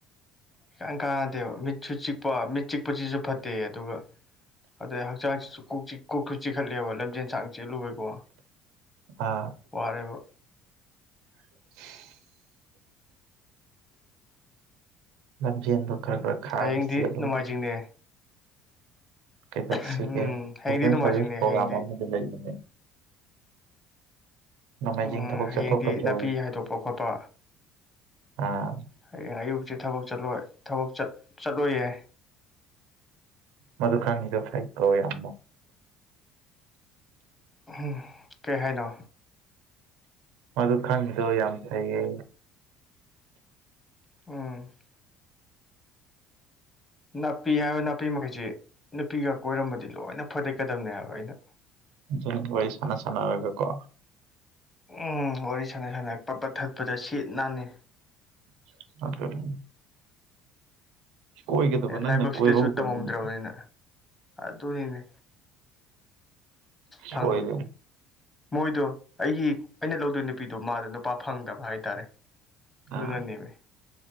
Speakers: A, on the left; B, on the right.
A: ꯀꯩꯝ ꯀꯥꯟꯅꯗꯦꯕ ꯃꯤꯠꯁꯨ ꯆꯤꯛꯄ ꯃꯤꯠ ꯆꯤꯛꯄꯁꯤꯁꯨ ꯐꯠꯇꯦ ꯑꯗꯨꯒ ꯑꯗꯩ ꯍꯛꯆꯥꯡꯁꯤꯁꯨ ꯀꯣꯛ ꯆꯤꯛ ꯀꯣꯛꯁꯨ ꯆꯤꯈꯠꯂꯦꯕ ꯂꯝꯖꯦꯟ ꯁꯥꯡ ꯆꯦꯜꯂꯨꯕꯦꯀꯣ
B: ꯑꯥ
A: ꯋꯥꯔꯦꯕ꯫
B: <unintelligible> ꯂꯝꯖꯤꯗꯣ ꯈꯔ ꯈꯔ ꯈꯥꯡꯑ
A: ꯍꯌꯦꯡꯗꯤ
B: ꯆꯦꯟꯂꯨꯅꯦ꯫
A: ꯅꯣꯡꯃꯥꯏꯖꯤꯡꯅꯦ
B: ꯀꯩꯗꯣꯛꯁꯤꯒꯦ
A: ꯎꯝ ꯍꯌꯦꯡꯗꯤ
B: ꯁꯣꯁꯦꯜ
A: ꯅꯣꯡꯃꯥꯏꯖꯤꯡꯅꯦ
B: ꯁꯥꯔꯚꯤꯁ ꯄ꯭ꯔꯣꯒ꯭ꯔꯥꯝ
A: ꯍꯌꯦꯡꯗꯤ
B: ꯑꯃꯗ ꯂꯩꯕꯅꯦ꯫ <unintelligible>
A: ꯎꯝ
B: ꯊꯕꯛ
A: ꯍꯌꯦꯡꯗꯤ
B: ꯆꯠꯊꯣꯛꯀꯗ꯭ꯔꯣ
A: ꯅꯥꯄꯤ ꯍꯥꯏꯗꯣꯛꯄ ꯈꯣꯠꯄ꯫
B: ꯑꯥ
A: ꯍꯌꯦꯡ ꯑꯌꯨꯛꯁꯦ ꯊꯕꯛ ꯆꯠꯂꯣꯏ ꯊꯕꯛ ꯆꯥꯠ ꯆꯠꯂꯣꯏꯌꯦ꯫
B: ꯃꯗꯨ ꯈꯪꯍꯟꯅꯤꯗꯕꯩ ꯇꯥꯏꯞ ꯇꯧꯏ <unintelligible>
A: ꯎꯝ ꯀꯩ ꯍꯥꯏꯅꯣ꯫
B: ꯃꯗꯨ ꯈꯪꯉꯤꯗꯣ ꯌꯥꯝ ꯐꯩꯌꯦ꯫
A: ꯎꯝ꯫ ꯅꯥꯄꯤ ꯍꯥꯏ ꯅꯥꯄꯤ ꯃꯈꯩꯁꯤ ꯅꯨꯄꯤꯒ ꯀꯣꯏꯔꯝꯕꯗꯤ ꯂꯣꯏꯅ ꯐꯣꯏꯗꯠꯀꯗꯕꯅꯦ ꯍꯥꯏꯕ ꯑꯩꯅ꯫
B: ꯐꯖꯅ ꯋꯥꯔꯤ ꯁꯥꯟꯅ ꯁꯥꯟꯅꯔꯒꯀꯣ꯫
A: ꯎꯝ ꯋꯥꯔꯤ ꯁꯥꯟꯅ ꯁꯥꯟꯅ ꯄꯠ ꯄꯠ ꯊꯠꯄꯗ ꯁꯤꯠ ꯅꯥꯟꯅꯤ꯫
B: <unintelligible> ꯀꯣꯏꯒꯗꯕ ꯅꯪꯅ
A: ꯂꯥꯏꯕꯛꯁꯤꯗꯁꯨ
B: ꯀꯣꯏꯍꯧꯗ꯭ꯔꯕꯅꯤ꯫
A: ꯇꯝꯃꯝꯗ꯭ꯔꯕꯅꯤꯅ ꯑꯗꯨꯅꯤꯅꯦ꯫
B: ꯁꯣꯏꯔꯦ꯫
A: ꯐꯪ ꯃꯣꯏꯗꯣ ꯑꯩꯒꯤ ꯑꯩꯅ ꯂꯧꯗꯣꯏ ꯅꯨꯄꯤꯗꯣ ꯃꯥꯗꯣ ꯅꯨꯄꯥ ꯐꯪꯗꯕ ꯍꯥꯏꯇꯥꯔꯦ꯫ ꯑꯗꯨ
B: ꯑꯥ
A: ꯅꯅꯦꯃꯦ꯫